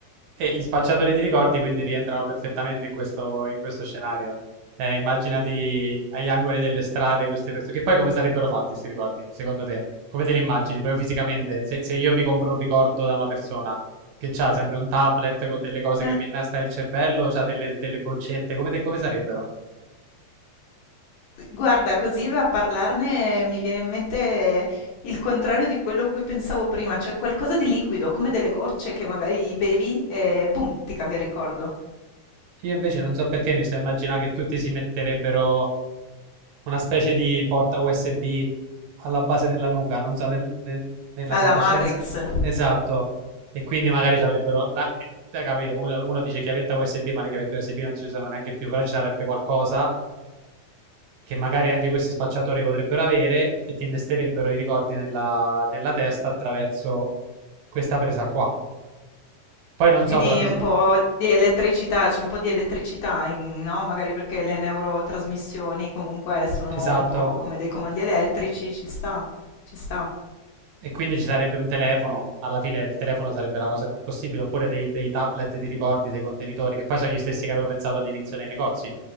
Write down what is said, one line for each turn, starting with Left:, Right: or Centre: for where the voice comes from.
Right: E gli spacciatori di ricordi quindi rientrano perfettamente in questo, in questo scenario. Eh, immaginati agli angoli delle strade queste persone, che poi come sarebbero fatti questi ricordi, secondo te? Come te li immagini, proprio fisicamente? Se, se io mi compro un ricordo da una persona che ha sempre un tablet con delle cose
Left: Non-
Right: che mi innesta nel cervello, ha delle, delle boccette, come, te- come sarebbero?
Left: Guarda, così a parlarne mi viene in mente il contrario di quello a cui pensavo prima, cioè qualcosa di liquido, come delle gocce che magari bevi e boom, ti cambia ricordo.
Right: Io invece non so perché mi sto immaginando che tutti si metterebbero Una specie di porta USB alla base della nuca, non so, nel- nel- nella
Left: Alla
Right: fantascienza.
Left: Matrix.
Right: Esatto. E quindi magari ci avrebbero... da- da capito, uno, uno dice chiavetta USB, ma le chiavette USB non si usano neanche più, però ci sarebbe qualcosa che magari anche questi spacciatori potrebbero avere e ti innesterebbero i ricordi nella, nella testa attraverso questa presa qua. Poi non
Left: Quindi
Right: so, però... fis-
Left: un po' di elettricità, c'è un po' di elettricità, in- no? Magari perché le neurotrasmissioni comunque sono
Right: Esatto.
Left: un po' come dei comandi elettrici, ci sta, ci sta.
Right: E quindi ci sarebbe un telefono, alla fine il telefono sarebbe la cosa più possibile, oppure dei, dei tablet di ricordi, dei contenitori, che poi sono gli stessi che avevo pensato all'inizio nei negozi,